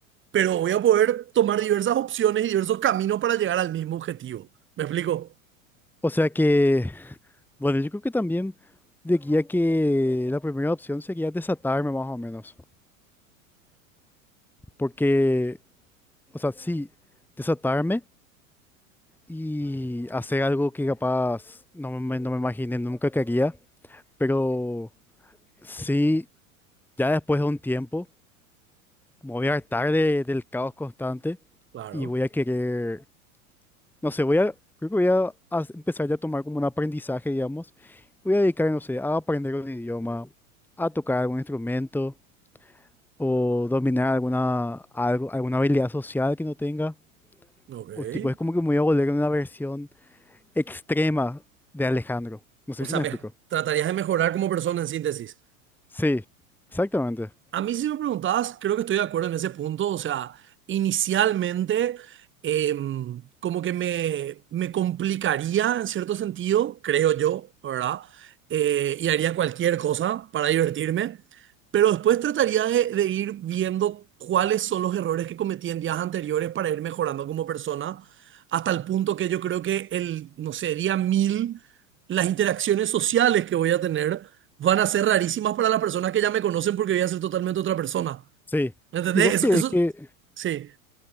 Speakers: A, on the right; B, in the centre.
A: pero voy a poder tomar diversas opciones y diversos caminos para llegar al mismo objetivo. ¿Me explico?
B: O sea que, bueno, yo creo que también diría que la primera opción sería desatarme más o menos. Porque, o sea, sí, desatarme y hacer algo que capaz no me, no me imaginé, nunca quería, pero sí, ya después de un tiempo. me voy a hartar de- del caos constante
A: Claro.
B: y voy a querer, no sé, voy a, creo que voy a, as- empezar ya a tomar como un aprendizaje, digamos. Voy a dedicar, no sé, a aprender un idioma, a tocar algún instrumento o dominar alguna, algo, alguna habilidad social que no tenga.
A: Ok.
B: O tipo, es como que me voy a volver una versión extrema de Alejandro. No sé
A: O sea,
B: si me
A: me,
B: explico.
A: tratarías de mejorar como persona en síntesis.
B: Sí, exactamente.
A: A mí si me preguntabas, creo que estoy de acuerdo en ese punto. O sea, inicialmente em, como que me, me complicaría en cierto sentido, creo yo, ¿verdad? Eh, y haría cualquier cosa para divertirme. Pero después trataría de, de ir viendo cuáles son los errores que cometí en días anteriores para ir mejorando como persona, hasta el punto que yo creo que el, no sé, día mil, las interacciones sociales que voy a tener van a ser rarísimas para las personas que ya me conocen porque voy a ser totalmente otra persona.
B: Sí.
A: ¿Entendés?
B: ¿Y vos
A: Eso,
B: crees
A: eso,
B: que,
A: sí,